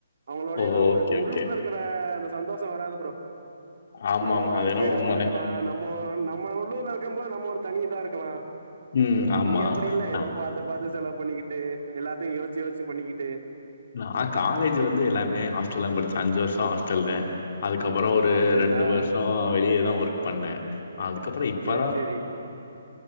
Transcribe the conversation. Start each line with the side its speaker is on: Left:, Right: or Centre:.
Right: அவங்களோடயேதா
Left: ஓ! ஓகே,
Right: இப்ப உள்ளூர்
Left: ஓகே.
Right: இருக் இருக்குற அந்த சந்தோஷோ வராது ப்ரோ
Left: ஆமாமா.
Right: நம்ம ஒரு
Left: அது என்னவோ
Right: ப்ரீடமா
Left: உண்மதான்.
Right: இருக்கலா நம்மோ நம் நம்ம உள்ளூர்ல இருக்கும் போது நம்ம ஒரு தனி இதா இருக்கலா
Left: ம். ஆமா.
Right: இங்க அப்டி இல்ல ஏதோ
Left: அ
Right: பாத்து பாத்து செலவு பண்ணிக்கிட்டு எல்லாத்தையு யோச்சு யோச்சு பண்ணிக்கிட்டு
Left: நா காலேஜ் வந்து எல்லாமே ஹாஸ்டல்லா படிச்சே அஞ்சு வருஷ ஹாஸ்டல்த அதுக்கப்றோ ஒரு
Right: அப்படிங்களா
Left: ரெண்டு வருஷோ வெளியே தா ஒர்க் பண்ண அதுக்கப்றோ இப்பத
Right: சேரி சேரி